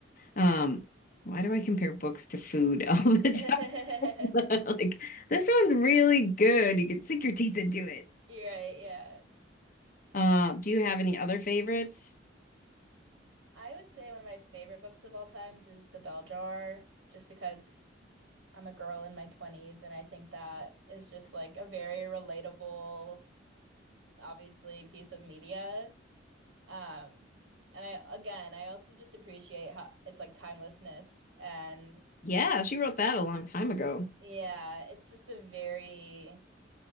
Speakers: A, on the left; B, on the right.
A: um why do I compare books to food <laughs> all the time
B: <laughs> You're
A: <laughs> like this one's really good you can sink your teeth into it
B: right, yeah.
A: uh do you have any other favorites
B: I would say one of my favorite books of all times is The Bell Jar, just because I'm a girl in my 20s, and I think that is just like a very relatable, obviously, piece of media. Um, and I, again, I also just appreciate how it's like timelessness. And
A: yeah she wrote that a long time ago
B: yeah, it's just a very